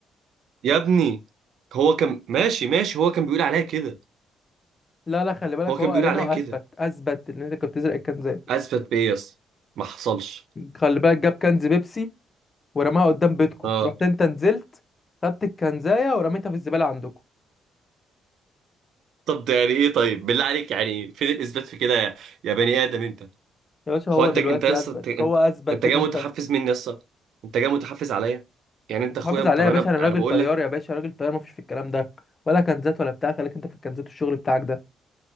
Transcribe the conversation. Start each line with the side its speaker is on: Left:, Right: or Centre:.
Right: يا ابني هو كان ماشي ماشي هو كان بيقول عليها كده
Left: لا لا خلي بالك
Right: هو كان
Left: هو قال
Right: بيقول
Left: لنا
Right: عليها
Left: واثبت
Right: كده
Left: اثبت ان انت كنت بتسرق الكنزات
Right: اثبت بايه يا اسطى ما حصلش
Left: خلي بالك جاب كنز بيبسي ورماها قدام بيتكو
Right: اه
Left: رحت انت نزلت خدت الكنزايه ورميتها في الزباله عندكم
Right: طب ده يعني ايه طيب بالله عليك يعني فين الاثبات في كده يا يا بني ادم انت
Left: يا باشا هو
Right: هو انت
Left: دلوقتي
Right: انت يا اسطى
Left: اثبت
Right: انت انت
Left: هو اثبت
Right: انت جاي
Left: ان انت
Right: متحفز مني يا اسطى انت جاي متحفز عليا يعني انت
Left: انت
Right: اخويا
Left: حافظ
Right: طب
Left: عليا يا
Right: انا
Left: باشا انا راجل
Right: انا بقول
Left: طيار
Right: لك
Left: يا باشا راجل طيار مفيش في الكلام ده ولا كنزات ولا بتاع خليك انت في الكنزات والشغل بتاعك ده